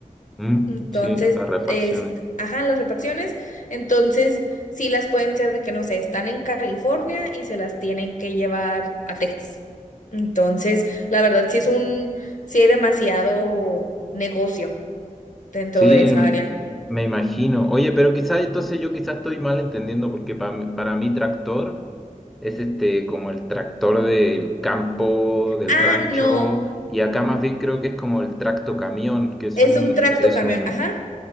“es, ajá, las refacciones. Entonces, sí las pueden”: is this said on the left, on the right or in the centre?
Left